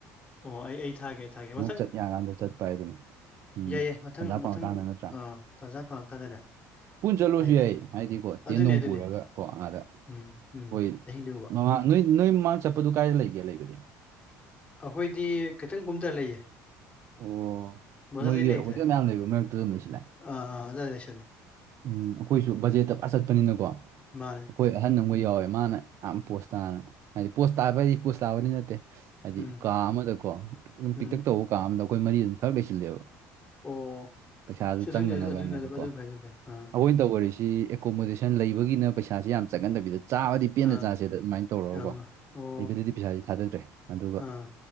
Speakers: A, on the left; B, on the right.
A: ꯑꯣ ꯑꯩ ꯑꯩ ꯊꯥꯔꯛꯒꯦ ꯑꯩ ꯊꯥꯒꯦ ꯃꯊꯪ
B: ꯆꯠ ꯌꯥꯀꯥꯟꯗ ꯆꯠꯄ ꯍꯥꯏꯗꯨꯅꯤ ꯎꯝ
A: ꯌꯥꯏ ꯌꯥꯏ ꯃꯊꯪ
B: ꯑꯣꯖꯥ
A: ꯃꯊꯪ
B: ꯐꯪꯉꯀꯥꯟꯗ ꯅꯠꯇ꯭ꯔꯥ
A: ꯑꯥ ꯇꯥꯖꯥ ꯐꯪꯉꯀꯥꯟꯗꯅꯦ
B: ꯄꯨꯟ ꯆꯠꯂꯨꯔꯁꯨ
A: ꯍꯥꯏꯗꯤ
B: ꯌꯥꯏꯌꯦ ꯍꯥꯏꯗꯤꯀꯣ ꯇꯦꯟꯠ
A: ꯑꯗꯨꯅꯦ
B: ꯅꯨꯡ
A: ꯑꯗꯨꯅꯦ
B: ꯄꯨꯔꯒ ꯀꯣ ꯑꯥꯗ
A: ꯎꯝ ꯎꯝ
B: ꯍꯣꯏ
A: ꯑꯍꯤꯡ ꯂꯦꯛꯎꯕ
B: ꯃꯃꯥꯡ ꯅꯣꯏ ꯅꯣꯏ ꯃꯃꯥꯡ ꯆꯠꯄꯗꯨ ꯀꯥꯏꯗ ꯂꯩꯒꯦ ꯂꯩꯕꯗꯤ
A: ꯑꯩꯈꯣꯏꯗꯤ ꯈꯤꯇꯪ ꯀꯨꯝꯊꯔꯒ ꯂꯩꯌꯦ
B: ꯑꯣ
A: ꯃꯊꯛꯇꯗꯤ
B: ꯃꯣꯏꯒꯤ
A: ꯂꯩꯇ꯭ꯔꯦ
B: ꯍꯣꯇꯦꯜ ꯃꯌꯥꯝ ꯂꯩꯕ ꯃꯔꯛꯇꯨꯗ ꯂꯩ ꯁꯤꯜꯂꯦ
A: ꯑꯥ ꯑꯥ ꯑꯗꯥꯏꯗ ꯂꯩꯁꯜꯂꯦ
B: ꯎꯝ ꯑꯩꯈꯣꯏꯁꯨ ꯕꯖꯦꯠꯇ ꯇꯥꯖꯅꯥ ꯆꯠꯄꯅꯤꯅꯀꯣ
A: ꯃꯥꯅꯦ
B: ꯑꯩꯈꯣꯏ
A: ꯎꯝ
B: ꯑꯍꯟꯅ ꯃꯣꯏ ꯌꯥꯋꯦ ꯃꯥꯅ ꯌꯥꯝ ꯄꯣꯁ ꯇꯥꯅ ꯍꯥꯏꯗꯤ ꯄꯣꯥꯁ ꯇꯥꯕ ꯄꯣꯁ ꯇꯥꯕꯗꯤ ꯅꯠꯇꯦ ꯍꯥꯏꯗꯤ
A: ꯎꯝ
B: ꯀꯥ ꯑꯃꯗꯀꯣ ꯑꯗꯨꯝ
A: ꯎꯝ
B: ꯄꯤꯛꯇꯛ ꯇꯧꯕ ꯀꯥ ꯑꯃꯗ ꯑꯩꯈꯣꯏ ꯃꯔꯤ ꯑꯗꯨꯝ ꯊꯛ ꯂꯩꯁꯤꯜꯂꯦꯕ
A: ꯑꯣ
B: ꯄꯩꯁꯥꯗꯨ
A: ꯁꯤ ꯑꯗꯨꯅꯤ
B: ꯆꯪꯗꯅꯕꯅꯦꯕꯀꯣ
A: ꯑꯗꯨ- ꯑꯗꯨꯅꯤ ꯑꯗꯨ ꯑꯗꯨꯅ ꯐꯩ ꯑꯗꯨꯅ ꯐꯩ ꯑꯥ
B: ꯑꯩꯈꯣꯏꯅ ꯇꯧꯔꯤꯁꯤ ꯁꯤ ꯑꯦꯀꯣꯃꯣꯗꯦꯁꯟ ꯂꯩꯕꯒꯤꯅ ꯄꯩꯁꯥꯁꯤ ꯌꯥꯝ ꯆꯪꯍꯟꯗꯕꯤꯗ ꯆꯥꯕꯗꯤ ꯄꯦꯟꯅ
A: ꯑꯥ
B: ꯆꯥꯁꯦꯗ ꯑꯗꯨꯃꯥꯏꯅ ꯇꯧꯔꯒꯀꯣ
A: ꯑꯥ ꯑꯣ
B: ꯂꯩꯕꯗꯗꯤ ꯄꯩꯁꯥꯁꯤ ꯊꯥꯗꯗ꯭ꯔꯦ ꯑꯗꯨꯒ
A: ꯑꯥ